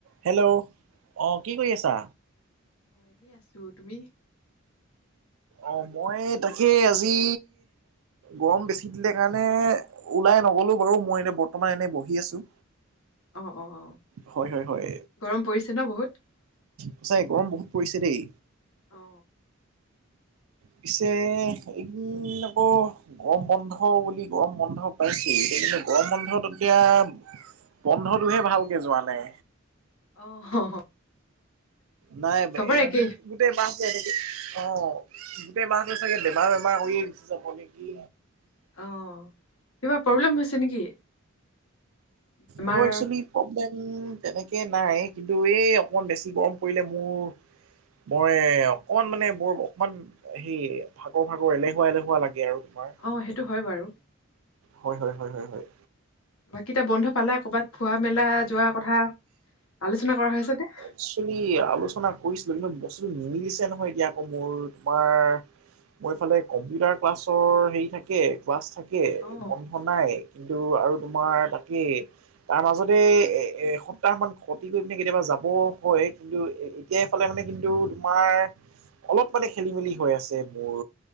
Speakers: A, on the right; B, on the left.
A: Hello অঁ কি কৰি আছা
B: এনে আছো তুমি
A: অ মই তাকে আজি গৰম বেছি দিলে কাৰণে ওলাই নগলো বাৰু মই এনে বৰ্তমান এনেই বহি আছো
B: অঁ অঁ অঁ
A: হয় হয় হয়
B: গৰম পৰিছে ন বহুত
A: আাই গৰম বহুত পৰিছে দেই
B: অ
A: পিছে ইদিন আকৌ গৰম বন্ধ বুলি গৰম বন্ধ পাইছে এতিয়া কিন্তু গৰম বন্ধত এতিয়া বন্ধটোহে ভালকে যোৱা নাই
B: অ
A: নাই
B: চবৰে
A: এই
B: একেই
A: গোটেই মাহছে এনেকে অ ব চাগে বেমাৰ বেমাৰ ে চাবে কি
B: অ কিবা প্ৰব্লেম হৈছে নেকি বেমাৰ
A: ম একচেলি প্ৰব্লেম তেনেকে নাই কিন্তু এই অকমান বেছি গৰম পৰিলে মোৰ মই অকমান মানে মোৰ অকমান সেই ভাগৰ ভাগৰ এলেহুৱা এলেহুৱা লাগে আৰু তোমাৰ
B: অঁ সেইটো হয় বাৰু
A: হয় হয় হয় হয় হয়
B: বাকটায়া বন্ধ পালা কৰ'বাত খোৱা মেলা যোৱা কথা আলোচনা কৰা হৈছে ন
A: একেলি আলোচনা কৰিছিলো কিন্তু বস্তুটো নিমিলিছে নহয় এতিয়া আকৌ মোৰ তোমাৰ মইফালে কম্পিউটাৰ ক্লাছৰ হেৰি থাকে ক্লাছ থাকে
B: অ
A: বন্ধন নাই কিন্তু আৰু তোমাৰ তাকেই তাৰ মাজতে এ এ এ সপ্তাহ মান কৰি পনে কেতিয়াবা যাব হয় কিন্তু এতিয় এইফালে মানে কিন্তু তোমাৰ অলপ মানে খেলি মেলি হৈ আছে মোৰ।